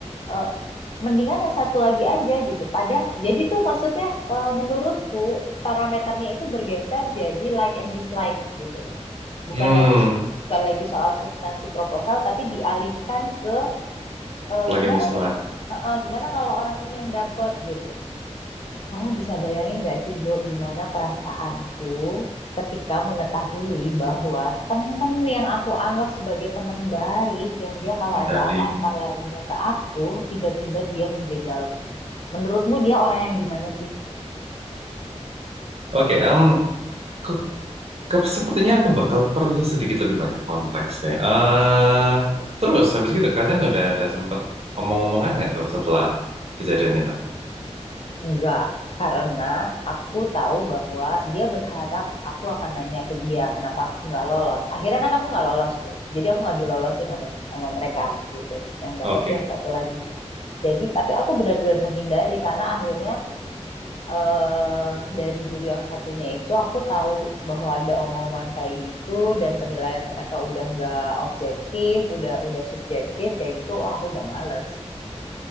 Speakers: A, on the left (about 55°); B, on the right (about 60°).
A: Eh, mendingan yang satu lagi aja gitu. Padahal jadi tuh maksudnya eh, menurutku parameternya itu bergeser jadi like and dislike gitu bukan
B: Hmm,
A: lagi bukan lagi soal substansi proposal tapi dialihkan ke eh,
B: lagi
A: gimana
B: nih setelah
A: nih Heeh, gimana kalau orang ini yang dapat gitu kamu bisa bayangin nggak sih Jo gimana perasaanku ketika mengetahui bahwa temen yang aku anggap sebagai temen baik yang dia kalau ada
B: dari.
A: apa-apa larinya ke aku tiba-tiba dia menjegalku menurutmu dia orang yang gimana sih
B: Oke, em, ku- ke- sepertinya aku bakal perlu sedikit lebih banyak konteks nih. Eh, terus habis gitu kalian udah ada sempat omong-omongan nggak tuh setelah kejadian itu?
A: Enggak, karena aku tahu bahwa dia berharap aku akan nanya ke dia kenapa aku nggak lolos. Akhirnya kan aku nggak lolos tuh, jadi aku nggak dilolosin sama, sama mereka gitu. Yang dapet
B: Oke.
A: tuh yang satu lagi. Jadi tapi aku benar-benar menghindari karena akhirnya eh dari juri yang satunya itu aku tahu bahwa ada omongan kayak gitu dan penilaian mereka udah nggak objektif, udah udah subjektif kayak gitu. Wah, aku udah males